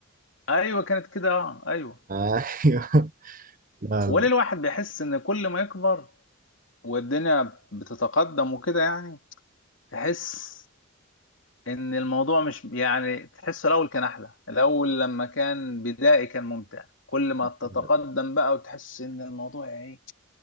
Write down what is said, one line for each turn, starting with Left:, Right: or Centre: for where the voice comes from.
Left: ايوه كانت كده اه ايوه
Right: ايوه لا
Left: وليه
Right: لا
Left: الواحد بيحس ان كل ما يكبر والدنيا بتتقدم وكده يعني تحس ان الموضوع مش يعني تحسه الاول كان احلى الاول لما كان بدائي كان ممتع كل ما تتقدم
Right: لا.
Left: بقى وتحس ان الموضوع يعني ايه